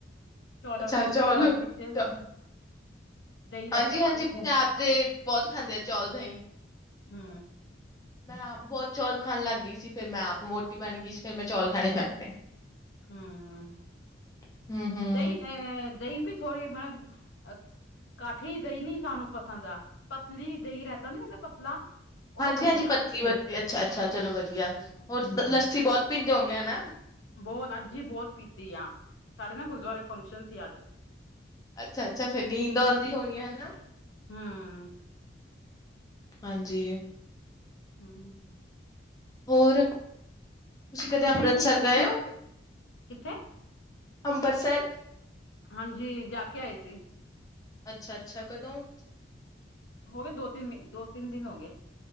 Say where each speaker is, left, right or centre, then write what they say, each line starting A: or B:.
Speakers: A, on the left; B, on the left.
A: ਚੌਲਾਂ
B: ਅੱਛਾ
A: ਵਿੱਚ
B: ਚੋਲ,
A: ਚੌਲ
B: ਚੋ-
A: ਵਿੱਚ ਦਹੀਂ ਰਾਇਤਾ
B: ਹਾਂਜੀ-ਹਾਂਜੀ
A: ਪਾ ਕੇ
B: ਪੰਜਾਬ ਦੇ ਬਹੁਤ ਖਾਦੇ ਆ ਚੌਲ-ਦਹੀਂ।
A: ਹੂੰ।
B: ਮੈਂ ਆਪ ਬਹੁਤ ਚੌਲ ਖਾਣ ਲੱਗ ਗਈ ਸੀ ਫੇਰ ਮੈਂ ਆਪ ਮੋਟੀ ਬਣ ਗਈ ਸੀ ਫੇਰ ਮੈਂ ਚੌਲ ਖਾਣੇ ਛੱਡ ਤੇ।
A: ਹੂੰ,
B: ਹੂੰ-ਹੂੰ।
A: ਦਈ- ਅਹ ਦਹੀਂ ਵੀ ਥੋੜੀ ਮਤਲਬ ਅ ਕਾਠੀ ਦਹੀਂ ਨੀ ਸਾਨੂੰ ਪਸੰਦ ਆ। ਪਤਲੀ ਦਹੀਂ ਰਾਇਤਾ ਨੀ ਹੁੰਦਾ ਪਤਲਾ। ਉਹ
B: ਹਾਂਜੀ-ਹਾਂਜੀ
A: ਵਧੀਆ ਲੱਗਦਾ
B: ਪਤਲੀ ਵਧੀਆ ਅੱਛਾ-ਅੱਛਾ ਚਲੋ ਵਧੀਆ
A: ਹੂੰ
B: ਹੋਰ ਲੱਸੀ ਬਹੁਤ ਪੀਂਦੇ ਹੋਓਗੇ, ਹਨਾ।
A: ਬਹੁਤ ਅੱਜ ਹੀ ਬਹੁਤ ਪੀਤੀ ਆ, ਸਾਡੇ ਨਾ ਗੁਰਦੁਆਰੇ ਫੰਕਸ਼ਨ ਸੀ ਅੱਜ।
B: ਅੱਛਾ-ਅੱਛਾ ਫੇਰ ਨੀਂਦ ਆਉਂਦੀ ਹੋਣੀ ਆ, ਹਨਾ।
A: ਹੂੰ
B: ਹਾਂਜੀ।
A: ਹੂੰ।
B: ਹੋਰ, ਤੁਸੀਂ ਕਦੇ
A: ਤੁਸੀਂ
B: ਅੰਮ੍ਰਿਤਸਰ
A: ਕੀ
B: ਗਏ ਓ?
A: ਕਿੱਥੇ
B: ਅੰਬਰਸਰ
A: ਹਾਂਜੀ ਜਾ ਕੇ ਆਏ ਸੀ।
B: ਅੱਛਾ-ਅੱਛਾ, ਕਦੋਂ?
A: ਹੋ ਗੇ ਦੋ-ਤਿੰਨ ਮੀ ਦੋ-ਤਿੰਨ ਦਿਨ ਹੋ ਗੇ।